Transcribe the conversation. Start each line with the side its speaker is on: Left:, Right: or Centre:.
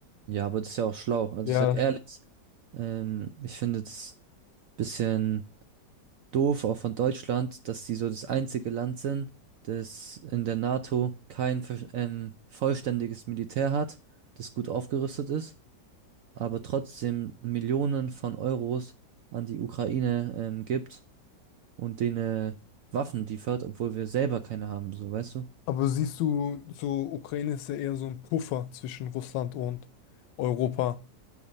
Right: Ja, aber das ist ja auch schlau. Also
Left: ja.
Right: ich sag ehrlich, ähm, ich finde das bisschen doof, auch von Deutschland, dass sie so das einzige Land sind, das in der NATO kein ver- ähm, vollständiges Militär hat, das gut aufgerüstet ist, aber trotzdem Millionen von Euros an die Ukraine ähm, gibt und denen äh, Waffen liefert, obwohl wir selber keine haben, so weißt du?
Left: Aber siehst du, so Ukraine ist ja eher so ein Puffer zwischen Russland und Europa.